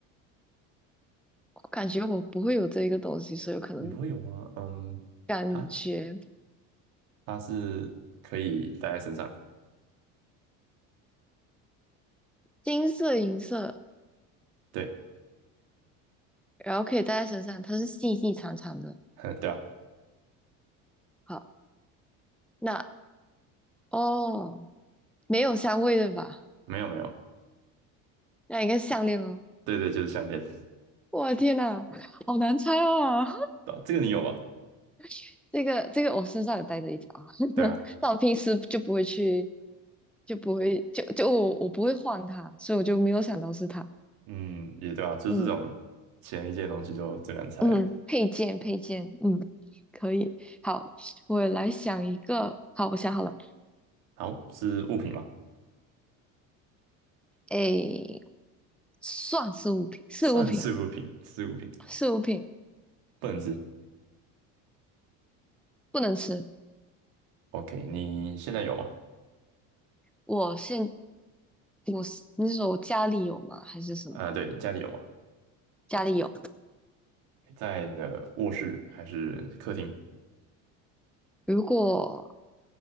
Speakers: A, in the centre; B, on the right.
A: 我感觉我不会有这一个东西，所以我可能
B: 你不会有吗？嗯，
A: 感觉
B: 它它是可以戴在身上，
A: 金色、银色。
B: 对，
A: 然后可以戴在身上，它是细细长长的。
B: <laughs> 对啊，
A: 好，那哦，没有香味的吧？
B: 没有没有，
A: 那应该是项链哦。
B: 对对，就是项链，对
A: 我天呐，好难猜哦！
B: 啊这个你有吧？
A: <laughs> 这个这个我身上有带着一条，<laughs>
B: 对啊，
A: 但我平时就不会去，就不会就就我我不会换它，所以我就没有想到是它。
B: 嗯，也对啊，就是这种前一件东西就最难猜了。
A: 嗯嗯，配件配件，嗯，可以。好，我来想一个。好，我想好了。
B: 好，是物品吗？
A: 诶，算是物品，是物品，
B: 算是物品，是物品，
A: 是物品，
B: 不能吃。
A: 不能吃。
B: OK，你现在有吗？
A: 我现我是你是说我家里有吗？还是什么？
B: 啊、对，你家里有吗？
A: 家里有。
B: 在你的卧室还是客厅？
A: 如果